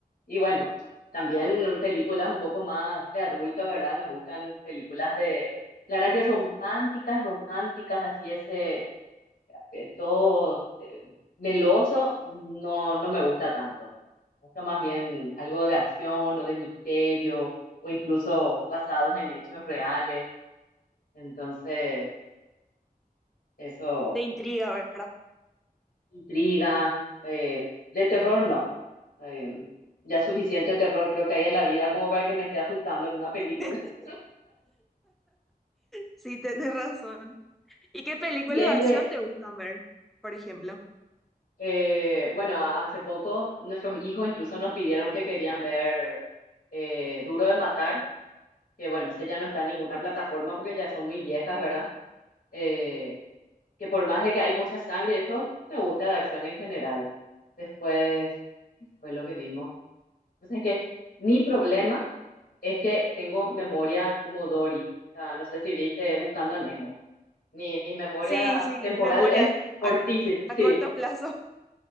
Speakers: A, on the left; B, in the centre.
A: y bueno, también películas un poco más de adultos, ¿verdad? Nos gustan películas de, la verdad que románticas, románticas, así ese, eh, todo eh, meloso, no, no me gusta tanto. Me gusta más bien algo de acción o de misterio, o incluso basados en hechos reales, entonces, eso.
B: De intriga, ¿verdad?
A: intriga, eh, de terror no. Em, ya suficiente terror creo que hay en la vida como para que me esté asustando en una película.
B: <laughs>
A: <laughs>
B: Sí, tenés razón. ¿Y qué películas
A: Si es
B: de acción
A: de,
B: te gustan ver, por ejemplo?
A: eh, bueno, hace poco nuestros hijos incluso nos pidieron que querían ver eh, Duro de Matar, que bueno, ese ya no está en ninguna plataforma porque ya son muy viejas, ¿verdad? Eh, que por más de que hay mucha sangre, eso me gusta de acción en general. Después, ¿qué fue lo que vimos? O sea, es que mi problema... Es que tengo memoria como Dory. O sea, no sé si viste Buscando a Nemo. Mi, mi memoria
B: Sí, sí,
A: temporal
B: memoria
A: es cortísima,
B: a, a
A: sí.
B: corto plazo.